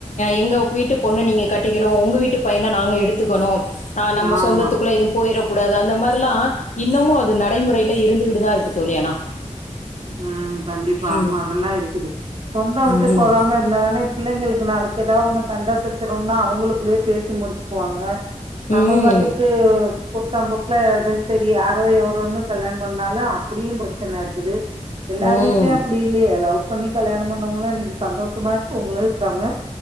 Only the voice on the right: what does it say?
ஆமா
உம் கண்டிப்பா
ஆமா அதெல்லா இருக்குது சொந்தோ விட்டு
போகாம இருந்தா தானே பிள்ளைங்ளுக் க்கு நாளைக்கு ஏதாவொன்னு சண்ட சச்சறவுனா அவுங்களுக்குள்ளியே பேசி முடிச்சுக்குவாங்க
நம்ம பாட்டுக்கு குருட்டாம்போக்ல அது சரி யாரோ எவரோன்னு கல்யாணம் பண்ணாலு அப்டியு பிரச்சன இருக்குது எல்லா
வீட்லயும் அப்டி இல்லியே லவ் பண்ணி கல்யாணம் பண்ணவங்கலா இன்னைக்கு சந்தோஷமா மா இருக்குறவங்களு இருக்காங்க